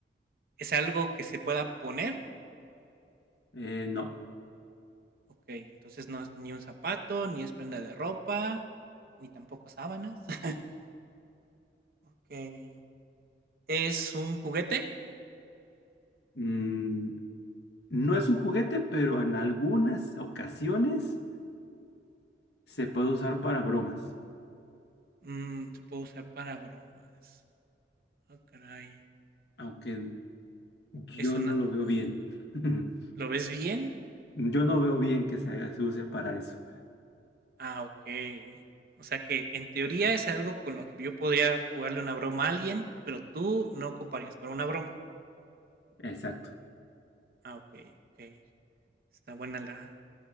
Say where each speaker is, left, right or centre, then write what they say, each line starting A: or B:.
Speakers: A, on the right (about 55°); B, on the left (about 70°).
A: ¿Es algo que se pueda poner?
B: eh, no.
A: Okey, entonces no es ni un zapato, ni es prenda de ropa, ni tampoco sábanas. <laughs> Okey. ¿Es un juguete?
B: Mm, no es un juguete, pero en algunas ocasiones se puede usar para bromas,
A: Mm, se puede usar para bromas. Ah, caray.
B: aunque yo
A: Es una
B: no lo veo bien. <laughs>
A: ¿lo ves bien?
B: Yo no veo bien que se, haga- se use para eso.
A: Ah, okey. O sea que, en teoría, es algo con lo que yo podría jugarle una broma a alguien, pero tú no ocuparías para una broma.
B: Exacto.
A: Ah, okey, okey. Está buena la